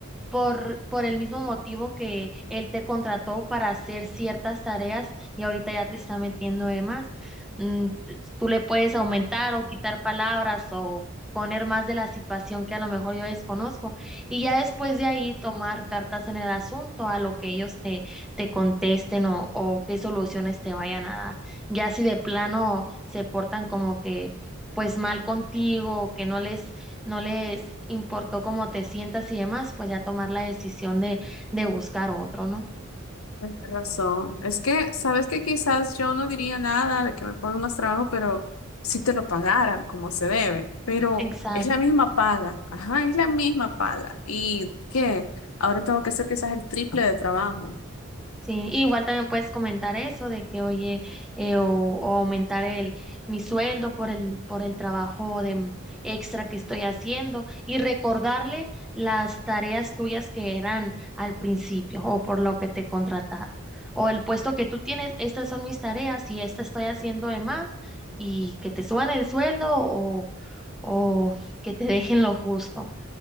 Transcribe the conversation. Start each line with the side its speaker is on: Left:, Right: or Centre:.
Centre: por, por el mismo motivo que él te contrató para hacer ciertas tareas y ahorita ya te está metiendo de más. Mm, tú le puedes aumentar o quitar palabras o poner más de la situación que a lo mejor yo desconozco y ya después de ahí tomar cartas en el asunto a lo que ellos te, te contesten o, o qué soluciones te vayan a dar. Ya si de plano se portan como que pues mal contigo, que no les no les importó cómo te sientas y demás, pues ya tomar la decisión de, de buscar otro, ¿no?
Left: Tienes razón. Es que, sabes que quizás yo no diría nada de que me pongan más trabajo, pero si te lo pagaran como se debe. Pero
Centre: Exacto.
Left: es la misma paga. Ajá, es la misma paga. ¿Y qué? Ahora tengo que hacer quizás el triple de trabajo.
Centre: Sí, igual también puedes comentar eso de que, oye, eh, o, o aumentar el mi sueldo por el por el trabajo de m- extra que estoy haciendo y recordarle las tareas tuyas que eran al principio o por lo que te contrataron o el puesto que tú tienes, estas son mis tareas y esta estoy haciendo de más y que te suban el sueldo o o que te dejen lo justo.